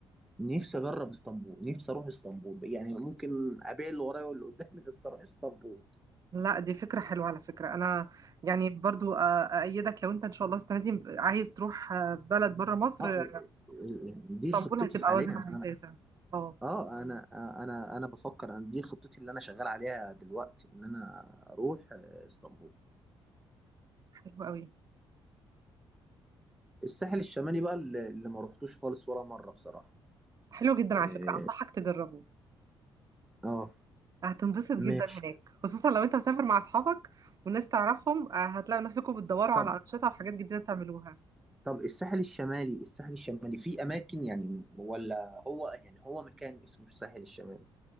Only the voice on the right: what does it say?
لا دي فكرة حلوة على فكرة أنا يعني برضو أ- أأيدك لو أنت إن شاء الله السنة دي عايز تروح آه، بلد بره مصر
اسطنبول
هتبقى
وجهة
ممتازة اه
حلو قوي
حلو جدا
على فكرة أنصحك تجربه
هتنبسط جدا
هناك خصوصا لو أنت مسافر مع أصحابك والناس تعرفهم آه، هتلاقوا نفسكم بتدوروا
على أنشطة وحاجات جديدة تعملوها